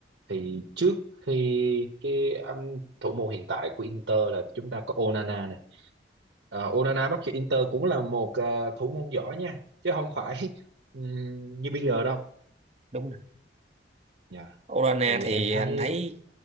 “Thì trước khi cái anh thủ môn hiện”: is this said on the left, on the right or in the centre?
Right